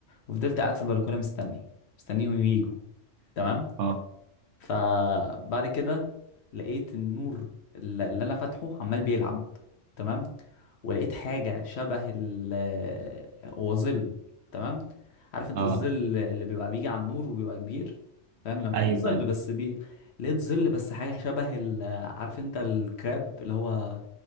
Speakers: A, on the left (about 60°); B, on the right (about 75°).
A: وفضلت قاعد في البلكونة مستني مستنيهم ييجوا تمام
B: اه
A: فبعد كده لقيت النور اللي اللي انا فاتحه عمال بيلعب تمام ولقيت حاجه شبه ال هو ظل تمام عارف انت
B: اه
A: الظل اللي بيبقى بيجي على النور وبيبقى كبير فاهم لو يعني
B: ايوه
A: ظل
B: أيوة.
A: بس بي لقيت ظل بس حاجه شبه ال... عارف انت الكراب اللي هو